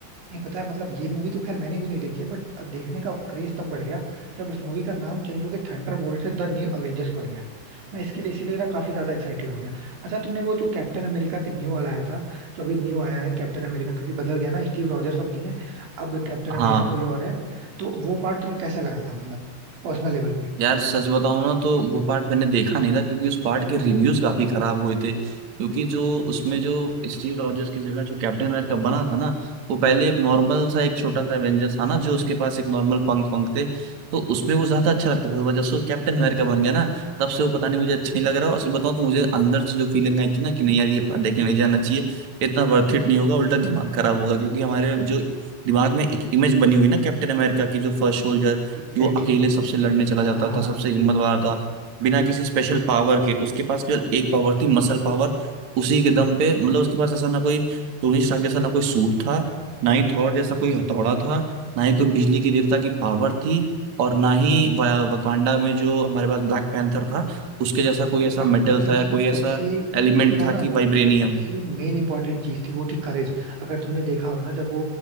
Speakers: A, on the right; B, on the right.
A: नहीं पता है मतलब ये मूवी तो खैर मैंने भी नहीं देखी है बट देखने का क्रेज तब बढ़ गया जब इस मूवी का नाम चेंज हो गया थंडरबोल्ट से द न्यू अवेंजर्स पड़ गया मैं इसके लिए इसीलिए ना काफी ज्यादा एक्साइटेड हो गया अच्छा तुमने वो जो कैप्टन अमेरिका के न्यू वाला आया था जो अभी न्यू आया है कैप्टन अमेरिका क्योंकि बदल गया ना स्टीव रॉजर्स अब नहीं है अब कैप्टन अमेरिका
B: हाँ
A: कोई और है तो वो पार्ट तुम्हें कैसा लगा था मतलब पर्सनल लेवल पे
B: यार सच बताऊं ना तो वो पार्ट मैंने देखा नहीं था क्योंकि उस पार्ट के रिव्यूज काफी खराब हुए थे क्योंकि जो उसमें जो स्टीव रॉजर्स की जगह जो कैप्टन अमेरिका बना था ना वो पहले एक नॉर्मल सा एक छोटा सा एवेंजर्स था ना जो उसके पास एक नॉर्मल पंख पंख थे तो उसमें वो ज्यादा अच्छा लगता था वो जब से वो कैप्टन अमेरिका बन गया ना तब से वो पता नहीं मुझे अच्छा नहीं लग रहा और सच बताऊं तो मुझे अंदर से जो फीलिंग आई थी ना कि नहीं यार ये पार्ट देखने नहीं जाना चाहिए इतना वर्थ इट नहीं होगा उल्टा दिमाग खराब होगा क्योंकि हमारे जो दिमाग में एक इमेज बनी हुई ना कैप्टन अमेरिका की जो फर्स्ट सोल्जर
A: Exactly
B: कि वो अकेले
A: exactly.
B: सबसे लड़ने चला जाता
A: हाँ हाँ
B: था सबसे हिम्मत वाला था बिना किसी स्पेशल पावर के उसके पास केवल एक पावर थी मसल पावर उसी के दम पे मतलब उसके पास ऐसा ना कोई टोनी स्टार्क जैसा ना कोई सूट था ना ही थॉर जैसा कोई हथौड़ा था ना ही कोई बिजली के देवता की पावर थी और ना ही वा- वकांडा में जो हमारे पास ब्लैक पैंथर था उसके जैसा कोई ऐसा
A: बट
B: मेटल
A: उसके
B: था या
A: चीज
B: कोई ऐसा
A: सबसे
B: एलिमेंट
A: उसके बाद
B: था
A: ना
B: कि वाइब्रेनियम
A: सबसे मेन इंपॉर्टेंट चीज थी वो थी करेज अगर तुमने देखा हो ना जब वो